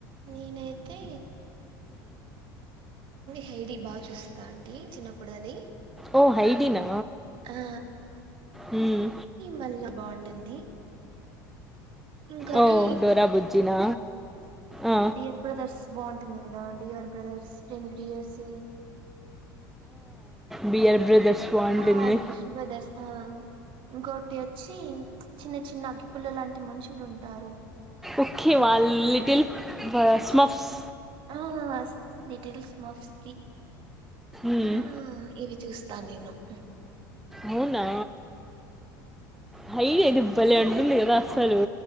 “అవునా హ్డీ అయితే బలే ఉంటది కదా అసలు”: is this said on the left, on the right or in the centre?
Centre